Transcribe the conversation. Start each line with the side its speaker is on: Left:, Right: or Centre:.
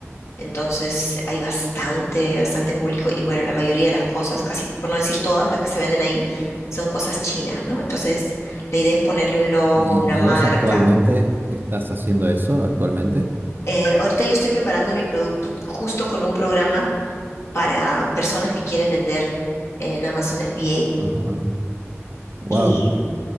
Left: Entonces hay bastante, bastante público y bueno, la mayoría de las cosas, casi por no decir todas las que se venden ahí, son cosas chinas, ¿no? Entonces la idea es ponerle un logo,
Right: ¿Y,
Left: una marca
Right: y vos actualmente estás haciendo eso actualmente?
Left: Eh, ahorita yo estoy preparando mi producto, justo con un programa para personas que quieren vender en Amazon FBA.
Right: Ajá. Wow.
Left: Y